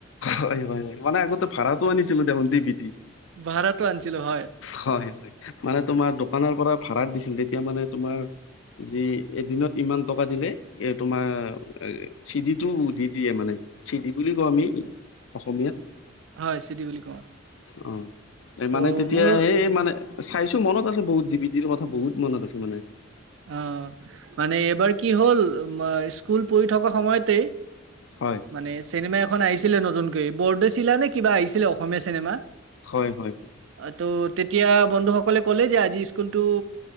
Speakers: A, on the left (about 70°); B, on the right (about 70°).
A: হয় হয় হয় মানে আগতে ভাড়াটো আনিছিলো দেখোন দিভিদি।
B: ভাড়াটো আনিছিলোঁ হয়,
A: হয় হয় মানে তোমাৰ দোকানৰ পৰা ভাড়াত দিছিল তেতিয়া মানে তোমাৰ। যি এদিনত ইমান টকা দিলে এ তোমাৰ চিডি টো দি দিয়ে মানে। চিডি বুলি কওঁ আমি অসমীয়াত।
B: হয়, চিডি বুলি কওঁ।
A: অ এই
B: ত'
A: মানে তেতিয়া
B: মোৰ
A: সেই মানে। চাইছো মনত আছে বহুত ডিভিদিৰ কথা বহুত মনত আছে মানে।
B: অ মানে এবাৰ কি হ'ল স্কুল পঢ়ি থকা সময়তে।
A: হয়
B: মানে চিনেমা এখন আহিছিলে নতুনকৈ বৰদৈচিলা নে কিবা আহিছিলে অসমীয়া চিনেমা।
A: হয় হয় হয়।
B: ত তেতিয়া বন্ধুসকলে ক'লে যে আজি স্কুলটো